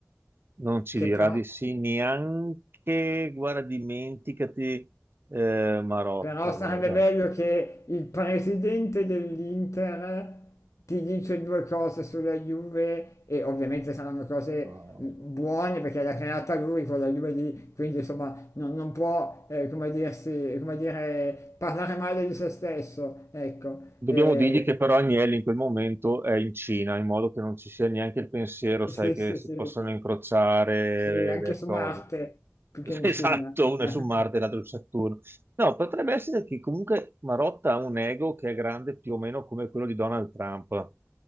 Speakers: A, on the right; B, on the left.
A: non ci
B: Che
A: dirà
B: però,
A: di sì neanche, guarda, dimenticati eh, Marotta,
B: però sarebbe
A: guarda.
B: bello che il presidente dell'Inter ti dice due cose sulla Juve e ovviamente saranno cose
A: No.
B: buone perché l'ha creata lui quella Juve lì, quindi insomma non, non può, eh, come dirsi, come dire, parlare male di se stesso, ecco.
A: Dobbiamo
B: E,
A: dirgli che però Agnelli in quel momento è in Cina, in modo che non ci sia neanche il pensiero, sai,
B: <laughs> sì,
A: che
B: sì,
A: si
B: sì,
A: possono incrociare
B: sì, anche
A: le
B: su
A: cose.
B: Marte, più che
A: <laughs>
B: in
A: Esatto,
B: Cina.
A: uno
B: <laughs>
A: è su Marte e l'altro su Saturno. No, potrebbe essere che comunque Marotta ha un ego che è grande più o meno come quello di Donald Trump.